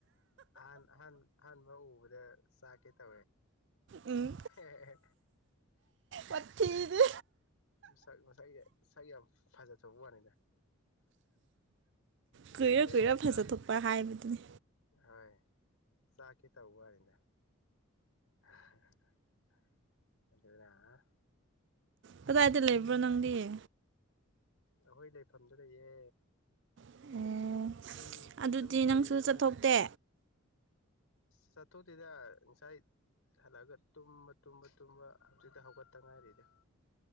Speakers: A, on the left; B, on the right.
A: ꯑꯍꯥꯟꯍ ꯑꯍꯥꯟꯕ ꯎ ꯁꯥ ꯀꯦꯇꯥ
B: ꯎꯝ
A: ꯍꯦ ꯍ
B: ꯋꯥꯊꯤꯗꯤ
A: ꯁ ꯃꯁꯥꯏꯒꯤ ꯁꯥꯒꯤ ꯌꯥꯝ ꯐꯖꯆꯕ ꯋꯥꯅꯤꯗ
B: ꯀꯨꯏꯔ
A: ꯁꯦꯡꯕꯅꯤ
B: ꯀꯨꯏꯔ ꯐꯖ
A: ꯆꯥꯛ
B: ꯊꯣꯛꯣꯛꯄ ꯍꯥꯏꯕꯗꯨꯅꯤ
A: ꯍꯣꯏ ꯆꯥꯛꯀꯦ ꯇ ꯋꯥꯔꯤꯗ ꯎ <inaudible> <unintelligible> ꯑꯗꯨꯗꯨꯗꯥ
B: ꯀꯗꯥꯏꯗꯤ ꯂꯩꯕ ꯅꯪꯗꯤꯌꯦ
A: ꯑꯩꯈꯣꯏ ꯂꯩꯐꯝꯗ ꯂꯩꯌꯦ
B: ꯑꯣ
A: ꯎ
B: ꯑꯗꯨꯗꯤ
A: ꯎꯗꯕ ꯀꯣꯏꯔꯤ
B: ꯅꯪꯁꯨ
A: ꯂꯩ ꯏꯅꯣꯁꯦ
B: ꯆꯠꯊꯣꯛꯇꯦ
A: ꯆꯠꯇꯨꯇꯗ ꯉꯪꯁꯥꯏ ꯍꯜꯂꯛꯑꯒ ꯇꯨꯝꯕ ꯇꯨꯝꯕ ꯇꯨꯝꯕ ꯍꯧꯖꯤꯛꯇꯤ ꯍꯧꯒꯠꯇ ꯉꯥꯏꯔꯤꯗ